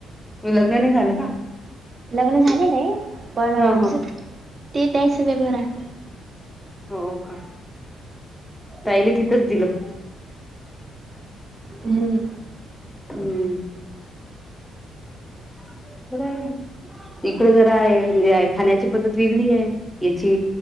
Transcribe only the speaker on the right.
लग्न झालेल आहे पण
ते त्यास वेगळ राहतात.
हम्म